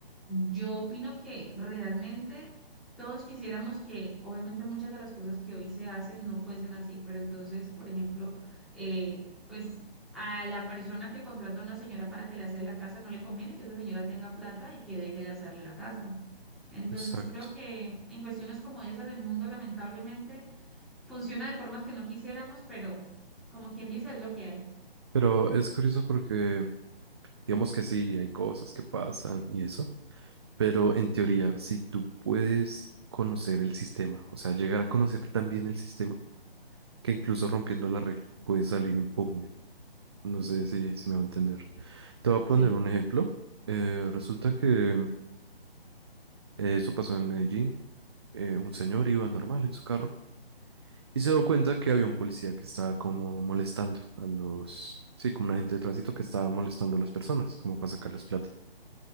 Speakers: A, in the centre; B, on the right.
A: yo opino que realmente todos quisiéramos que, obviamente, muchas de las cosas que hoy se hacen no fuesen así, pero entonces, por ejemplo, eh, pues a la persona que contrata a una señora para que le hace la casa, no le conviene que esa señora tenga plata y que deje de hacerle la casa. Entonces,
B: exacto.
A: creo que en cuestiones como esas del mundo, lamentablemente, funciona de formas que no quisiéramos, pero como quien dice, es lo que hay.
B: Pero es curioso porque digamos que sí, hay cosas que pasan y eso, pero en teoría, si tú puedes conocer el sistema, o sea, llegar a conocer tan bien el sistema, que incluso rompiendo las reglas puedes salir impugne. No sé si, si me va a entender. Te voy a
A: Sí.
B: poner un ejemplo. Eh, resulta que eh, eso pasó en Medellín. Eh, un señor iba normal en su carro y se dio cuenta que había un policía que estaba como molestando a los, sí, como un agente de tránsito que estaba molestando a las personas, como para sacarles plata.